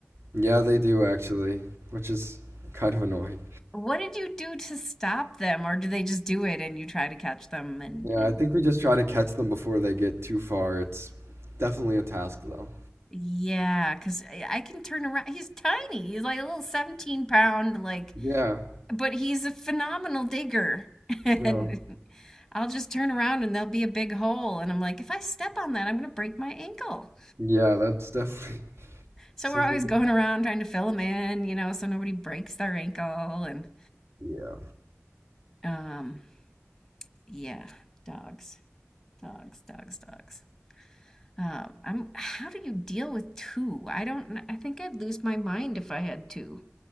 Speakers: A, on the right; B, in the centre.
A: Yeah, they do actually, which is kind of annoying.
B: What did you do to stop them, or do they just do it and you try to catch them and
A: Yeah,
B: and
A: I think we just try to catch them before they get too far. It's definitely a task though.
B: yeah, because I I can turn around. He's tiny. He's like a little 17 pound, like,
A: Yeah.
B: but he's a phenomenal digger. <laughs> And
A: No.
B: I'll just turn around and there'll be a big hole. And I'm like, if I step on that, I'm gonna break my ankle.
A: Yeah, that's definitely <laughs>
B: So
A: something.
B: we're always
A: That,
B: going around trying to fill them in, you know, so nobody breaks their ankle. And
A: yeah.
B: um, yeah, dogs. Dogs, dogs, dogs. Um, I'm. How do you deal with two? I don't. I think I'd lose my mind if I had two.